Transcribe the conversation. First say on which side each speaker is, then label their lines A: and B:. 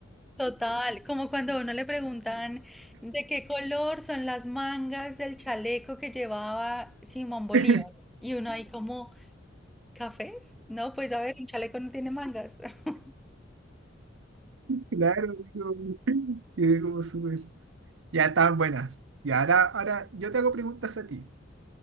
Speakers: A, in the centre; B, on the right (about 70°).
A: Total, como cuando a uno le preguntan de qué color son las mangas del chaleco que llevaba Simón Bolívar.
B: <laughs>
A: Y uno ahí como, ¿Cafés? No, pues a ver, un chaleco no tiene mangas. <laughs>
B: Claro, digo, quedé como súper. Ya estaban buenas. Y ahora, ahora yo te hago preguntas a ti.